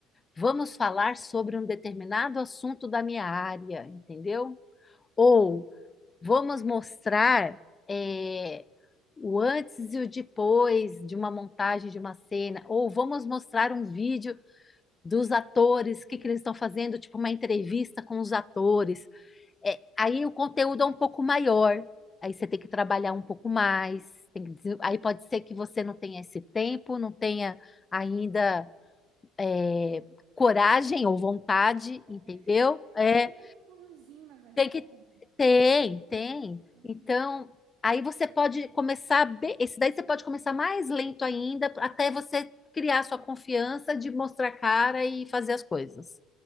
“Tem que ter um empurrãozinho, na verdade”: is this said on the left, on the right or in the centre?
Right